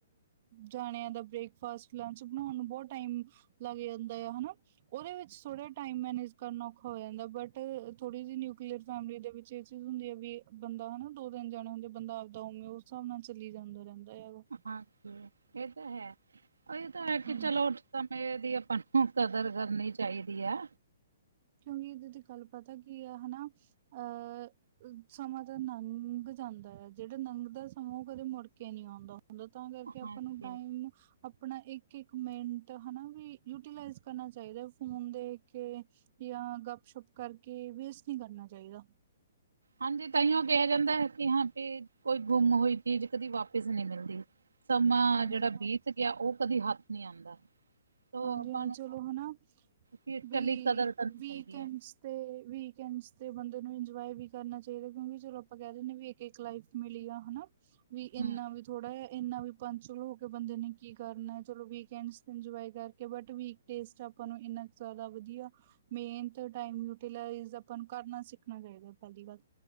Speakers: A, on the right; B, on the right.
A: ਜਾਣਿਆਂ ਦਾ ਬ੍ਰੇਕਫਾਸਟ, ਲੰਚ ਬਨਾਉਨ ਨੂੰ ਬੋਤ ਟਾਈਮ ਲੱਗ ਜਾਂਦੈ, ਹਨਾ? ਉਦੇ ਵਿੱਚ ਥੋੜ੍ਹਾ ਜਾ ਟਾਈਮ ਮੈਨੇਜ ਕਰਨਾ ਔਖਾ ਹੋ ਜਾਂਦੈ, ਬਟ ਥੋੜ੍ਹੀ ਜੀ ਨਿਊਕਲੀਅਰ ਫੈਮਿਲੀ ਦੇ ਵਿੱਚ ਏਹ ਚੀਜ਼ ਹੁੰਦੀ ਹੈ ਵੀ, ਬੰਦਾ ਹਨਾ, ਦੋ ਦਿਨ ਜਾਨਾ ਹੁੰਦੈ, ਬੰਦਾ ਆਪਦਾ ਉਵੇਂ ਉਸ ਸਬ ਨਾਲ ਚਲੀ ਜਾਂਦੈ, ਰੈਂਦੈ ਯਾਰ ਓ।
B: ਹਾਂਜੀ, ਏਅ ਤਾਂ ਹੈ, ਏਅ ਤਾਂ ਹੈ ਕਿ
A: ਹਾਂਜੀ
B: ਚਲੋ ਸਮੇਂ ਦੀ ਆਪਾਂ ਨੂੰ ਕਦਰ ਕਰਨੀ ਚਾਈਦੀ ਆ।
A: ਕਿਉਂਕਿ ਇਦੇ ਤੇ ਕੱਲ ਪਤਾ ਕੀ ਆ, ਹਨਾ, ਅਹ ਸਮਾਂ ਤੇ ਨੰਘ ਜਾਂਦਾ ਐ, ਜੇੜਾ ਨੰਘਦਾ ਸਮਾਂ ਉਹ ਕਦੇ ਮੁੜ ਕੇ ਨੀ ਔਂਦਾ। ਹੁੰਦਾ ਤਾਂ ਕਰਕੇ ਆਪਾਂ
B: ਹਾਂਜੀ।
A: ਨੂੰ ਟਾਈਮ ਅਪਨਾ ਇੱਕ-ਇੱਕ ਮਿੰਟ, ਹਨਾ, ਵੀ ਯੂਟੀਲਾਈਜ਼ ਕਰਨਾ ਚਾਈਦਾ ਫ਼ੋਨ ਦੇਖ ਕੇ ਯਾ ਗੱਪ-ਸ਼ੱਪ ਕਰਕੇ ਵੇਸਟ ਨੀਂ ਕਰਨਾ ਚਾਈਦਾ।
B: ਹਾਂਜੀ, ਤਾਂਈਓ ਕੇਆ ਜਾਂਦਾ ਐ ਕਿ ਹਾਂ, ਫਿਰ ਕੋਈ ਗੁੰਮ ਹੋਈ ਚੀਜ਼ ਕਦੀ ਵਾਪਿਸ ਨੀ ਮਿਲਦੀ। ਸਮਾਂ
A: ਹਾਂਜੀ
B: ਜੇੜਾ
A: ਹਾਂਜੀ
B: ਬੀਤ ਗਿਆ ਉਹ ਕਦੀ ਹੱਥ ਨੀ ਆਂਦਾ। ਤੋ
A: ਹਾਂਜੀ-
B: ਆਪਾਂ
A: ਹਾਂਜੀ,
B: ਨੂੰ
A: ਚਲੋ ਹਨਾ,
B: ਫਿਊਚਰ
A: ਬਈ,
B: ਲਈ ਕਦਰ ਕਰਨੀ
A: ਵੀਕਐਂਡਸ
B: ਚਾਹੀਦੀ ਹੈ
A: 'ਤੇ ਵੀਕਐਂਡਸ 'ਤੇ ਬੰਦੇ ਨੂੰ ਇੰਜੋਏ ਵੀ ਕਰਨਾ ਚਾਈਦਾ, ਕਿਉਂਕਿ ਚਲੋ ਆਪਾਂ ਕੈਅ ਦੇਨੇ ਵੀ ਇੱਕ-ਇੱਕ ਲਾਈਫ। ਮਿਲੀ ਆ ਹਨਾ, ਵੀ
B: ਹੂੰ।
A: ਇੰਨਾ ਵੀ ਥੋੜਾ ਜੇਆ ਇੰਨਾ ਵੀ ਪੰਚੁਅਲ ਹੋ ਕੇ ਬੰਦੇ ਨੇ ਕੀ ਕਰਨਾ, ਚਲੋ ਵੀਕਐਂਡਸ 'ਤੇ ਇੰਜੋਏ ਕਰ। ਕੇ ਬਟ ਵੀਕ ਟੇਸਟ ਆਪਾਂ ਨੂੰ ਇੰਨਾ ਜਾਦਾ ਵਦੀਆ ਮੇਨ ਤਾ ਟਾਈਮ ਯੂਟੀਲਾਈਜ਼ ਆਪਾਂ ਨੂੰ ਕਰਨਾ ਸਿੱਖਨਾ ਚਾਈਦਾ, ਪੈਲੀ ਗੱਲ।